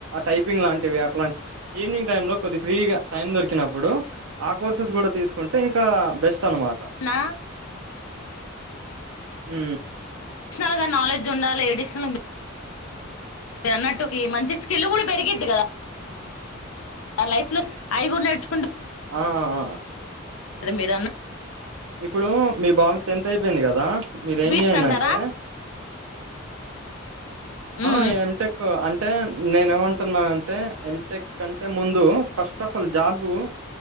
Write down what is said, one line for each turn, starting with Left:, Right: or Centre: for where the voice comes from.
Right: టైపింగ్ లాంటివి అట్లాంటివి ఈవినింగ్ టై లో కొద్ది ఫ్రీగా టైమ్ దొరికి ప్పుడు ఆ కోర్సెస్ కూడా తీసుకుంటే ఇంకా బెస్ట్ చనమాట
Left: నా
Right: ఉ
Left: పర్షనల్ గా నాలెడ్జ్ ఉండాలి ఎడిషనల్ మీరు అన్నట్టుకి మంచి స్కిల్ కూడా పెరిగిద్ది కదా లైఫ్ లో ఐగు నేచు
Right: ఆ ఆ
Left: అదే మీరన్న
Right: ఇప్పుడు మీ బాబు టెన్త్ అయిపోయింది కదా మీరేం
Left: బీస్ట్
Right: చేయాలంటే
Left: అంటారా హ్మ్
Right: ఆ ఎంటెక్ అన్ అంటే నేను ఏమంటున్నా అంటే ఎంటెక్ కంటే ముందు ఫస్ట్ ఆఫ్ ఆల్ జాబు